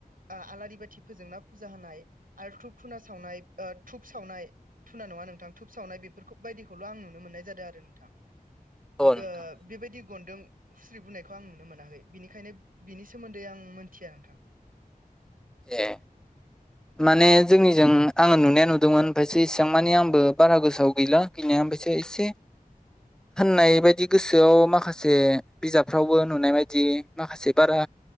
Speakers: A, on the right (about 65°); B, in the centre.
A: आ आलारि बाथि फोजोंना फुजा होनाय आरो धुप धुना सावनाय थुप सावनाय धुना न नङा नोंथां दुप सावनाय बेफोरखौ बायदिखौल आं नुनो मोननाय जादों आरो नोंथां
B: अ नोंथां
A: ओ बेबायदि गनदों हुस्रि बोनायखौ आं नुनो मोनाखै बिनिखायनो बिनि सोमोन्दै आं मोनथिया नोंथां
B: ए माने
A: उम
B: जोंनिजों आङो नुनाया नुदोंमोन ओमफायसो इसिबां मानि आंबो बारा गोसोआव गैला गैनाया ओमफायसो एसे होननाय बायदि गोसोआव माखासे बिजाबफ्रावबो नुनाय बायदि माखासे बारा